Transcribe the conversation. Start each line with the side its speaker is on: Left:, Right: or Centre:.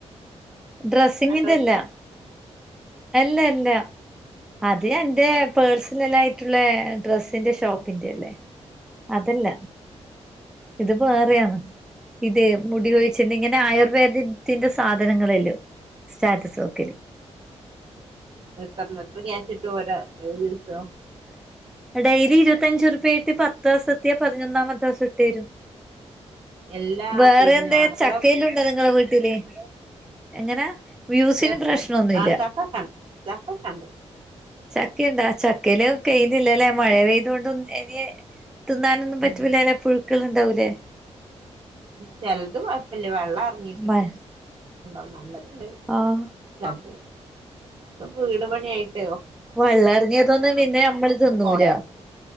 Centre: ഡ്രസ്സിങ്ങിന്റെല്ല
Right: ആ ഡ്രസ്സാ
Centre: അല്ല അല്ല അതീനേന്റെ പേഴ്സീലല്ലിയിട്ടുള്ള ഡ്രസ്സിന്റെ ഷോപ്പിന്റെ അല്ലേ അതല്ല ഇത് വേറെയാണ് ഇതേ മുടി ഒഴിച്ചെന്നെ ഇങ്ങനെ ആയുർവേദത്തിന്റെ സാധനങ്ങളല്ലോം സ്റ്റാറ്റസ് വക്കില്
Right: എത്ര എത്ര ക്യാഷ് ഇട്ടു ഒര രിവസം
Centre: ഡെയിലി ഇരുപത്തയഞ്ച റുപായിട്ട് പത്ത് ദിവസ എത്തിയാ പതിനൊന്നാമത്തെ ദിവസം ഇട്ട് തരും
Right: എല്ലാ
Centre: വേറെ
Right: പിന്നെ
Centre: എന്തേ
Right: അത്ര
Centre: ചക്കയിലുണ്ടോ നിങ്ങളെ വീട്ടില് എങ്ങനാ? വ്യൂസിന്
Right: <unintelligible>
Centre: പ്രശ്നൊന്നുല്ല
Right: ആ ചക്ക ക ചക്ക കണ്ട്
Centre: ചക്കുണ്ടാ ചക്കൽ കെയുന്നില്ലല്ലേ മഴ പെയ്തൊണ്ട് ഇനീ തിന്നാനൊന്നും പറ്റൂല്ല
Right: ഉം
Centre: ല്ലെ പുഴുക്കൾ ഉണ്ടാവൂലേ?
Right: ചെലത് കൊഴപ്പില്ല വെള്ളം ഇറങ്ങിയിട്ടുണ്ടും
Centre: മ
Right: നല്ലതുണ്ട്
Centre: ആഹ്
Right: <unintelligible> വീട് പണിയായിട്ട്ച
Centre: വള്ളറങ്ങിയതൊന്ന പിന്നെ നമ്മള് തിന്നൂല
Right: പോടെ